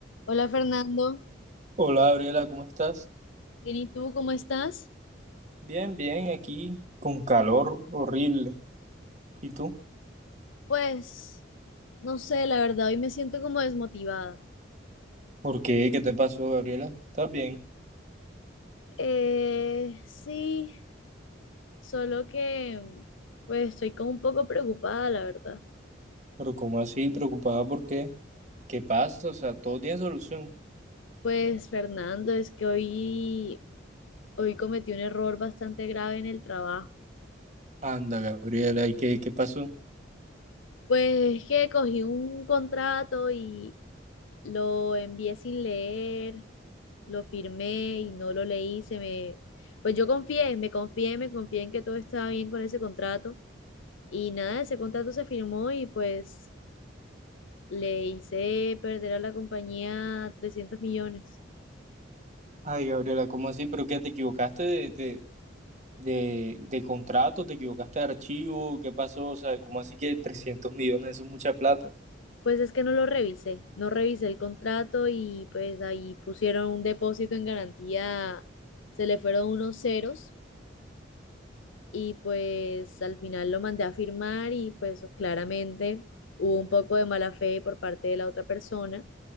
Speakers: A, on the left; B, on the right.
A: Hola Fernando,
B: Hola, Gabriela, ¿cómo estás?
A: bien y tú, ¿cómo estás?
B: Bien, bien, aquí con calor horrible. ¿Y tú?
A: Pues, no sé, la verdad, hoy me siento como desmotivada.
B: ¿Por qué? ¿Qué te pasó, Gabriela? ¿Estás bien?
A: Eh, sí, solo que, pues, estoy como un poco preocupada, la verdad.
B: Pero ¿cómo así? ¿Preocupada por qué? ¿Qué pasa? O sea, todo tiene solución.
A: Pues, Fernando, es que hoy, hoy cometí un error bastante grave en el trabajo.
B: Anda, Gabriela, ¿y qué, qué pasó?
A: Pues es que cogí un contrato y lo envié sin leer. lo firmé y no lo leí, se me, pues yo confié, me confié, me confié en que todo estaba bien con ese contrato y nada, ese contrato se firmó y pues le hice perder a la compañía 300 millones.
B: Ay, Gabriela, ¿cómo así? ¿Pero qué? ¿Te equivocaste de, de, de, de contrato? ¿Te equivocaste de archivo? ¿Qué pasó? O sea, ¿cómo así que 300 millones? Eso es mucha plata.
A: Pues es que no lo revisé, no revisé el contrato y pues ahí pusieron un depósito en garantía, se le fueron unos ceros y pues al final lo mandé a firmar y pues claramente hubo un poco de mala fe por parte de la otra persona